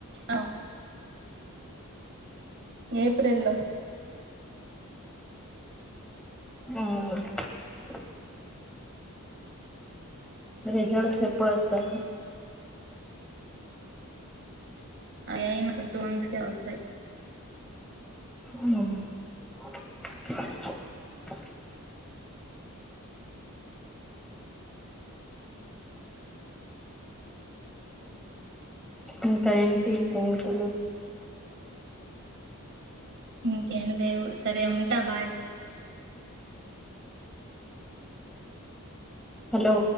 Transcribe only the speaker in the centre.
ఉమ్ రిజల్ట్స్ ఎప్పుడ్ ఒస్తాయి
మ్ ఇంకా ఏంటి సంగతులు
హలో